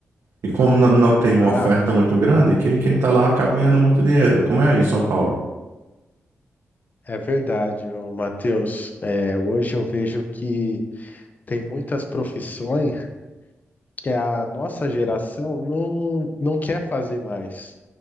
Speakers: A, on the right; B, on the left.
A: E como n- não tem uma
B: Ah,
A: oferta muito grande, quem, quem tá lá acaba ganhando muito dinheiro. Como é aí em São Paulo?
B: é verdade, ô, Matheus. É, hoje eu vejo que tem muitas profissões que a nossa geração não, não quer fazer mais.